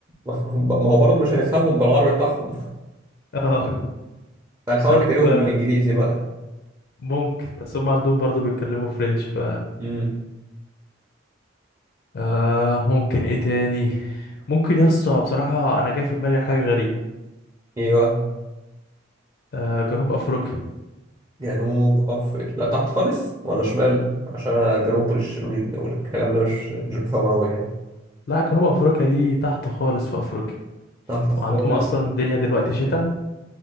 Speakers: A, on the right (about 15°); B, on the left (about 55°).
A: <laughs> ما هو ما هو برضه مش هنفهمهم بالعربي بتاعهم
B: <laughs> اه
A: <laughs> هنحاول
B: طب
A: نكلمهم
B: آه،
A: بالانجليزي بقى
B: ممكن بس هم عندهم برضو بيتكلموا فرنش ف
A: امم
B: آه ممكن ايه تاني ممكن يا اسطى بصراحة انا جاي في دماغي حاجة غريبة
A: ايه بقى
B: آه جنوب افريقيا
A: جنوب افريقيا لا تحت خالص ولا شمال عشان أنا جنوب والش... والكلام ده مش مش بفهمه قوي يعني
B: لا جنوب افريقيا دي تحت خالص في افريقيا
A: تحت خالص
B: وعندهم اصلا الدنيا دلوقتي شتاء